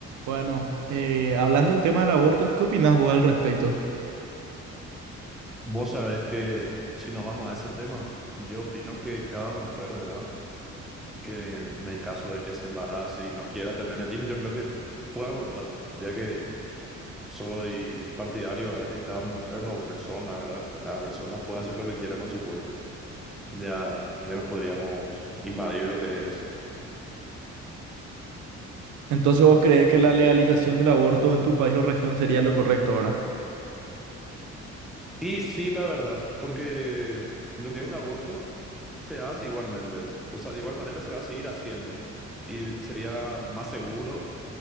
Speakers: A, on the right; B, in the centre.
A: Bueno, eh, hablando del tema del aborto, ¿qué opinás vos al respecto?
B: Vos sabés que si nos vamos a ese tema, yo opino que cada mujer, ¿verdad? Que en el caso de que se embarace y no quiera tener el hijo, yo creo que puede abortarlo, ya que soy partidario, ¿verdad? Que cada mujer o persona, ¿verdad? Que cada persona puede hacer lo que quiera con su cuerpo. Ya, ya no podríamos invadir lo que es eso.
A: Entonces, ¿vos crees que la legalización del aborto en tu país o región sería lo correcto, verdad?
B: Y sí, la verdad, porque lo que es el aborto se hace igualmente. O sea, de igual manera se va a seguir haciendo. Y sería más seguro